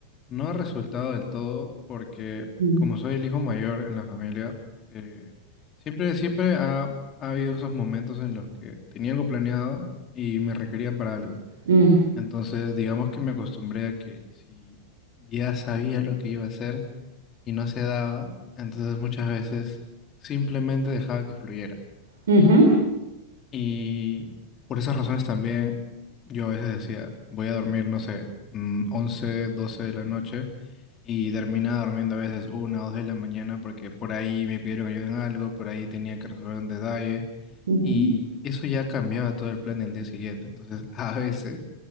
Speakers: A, on the left (about 30°); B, on the right (about 65°).
A: no ha resultado del todo porque
B: mm,
A: como soy el hijo mayor en la familia, eh, siempre, siempre ha, ha habido esos momentos en los que tenía algo planeado y me requerían para algo.
B: mm,
A: Entonces, digamos que me acostumbré a que si ya sabía lo que iba a hacer y no se daba, entonces muchas veces simplemente dejaba que fluyera.
B: ujú,
A: Y por esas razones también yo a veces decía, voy a dormir, no sé, mm, 11, 12 de la noche y terminaba durmiendo a veces una o 2 de la mañana porque por ahí me pidieron ayuda en algo, por ahí tenía que resolver un detalle
B: ujú,
A: y
B: ujú.
A: eso ya cambiaba todo el plan del día siguiente. Entonces, <laughs> a veces...